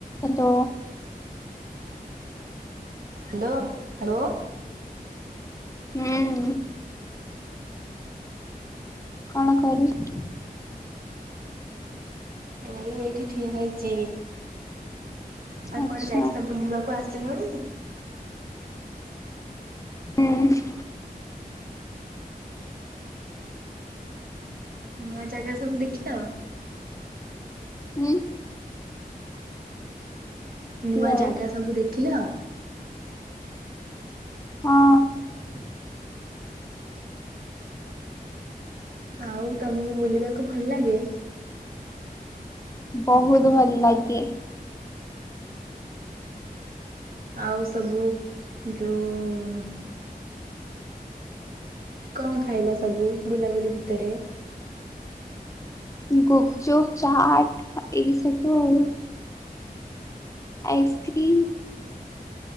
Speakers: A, on the left; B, on the right.
A: Hello.
B: Hello hello.
A: ହୁଁ। କଣ କରୁଚୁ?
B: ଏଇ ଏଇଠି ଠିକ ହେଇଛି ଆଉ
A: ଆଚ୍ଛା
B: କୁଆଡେ ଯାଇଥିଲ ବୁଲିବାକୁ ଆସି <unintelligible>
A: ହୁଁ।
B: ନୂଆ ଜାଗା ସବୁ ଦେଖିଲ?
A: ହୁଁ।
B: ନୂଆ
A: ଆଉ
B: ଜାଗା ସବୁ ଦେଖିଲ?
A: ହଁ
B: <inaudible> ଆଉ ତମକୁ ବୁଲିବାକୁ ଭଲ ଲାଗେ?
A: ବହୁତ ଭଲ ଲାଗେ।
B: ଆଉ ସବୁ ଯୋଉ କଣ ଖାଇଲା ସବୁ ବୁଲାବୁଲି ଭିତରେ
A: ଗୁପଚୁପ ଚାଟ ଏଇ ସବୁ ଆଉ। ଆଇସ୍କ୍ର୍ରିମ।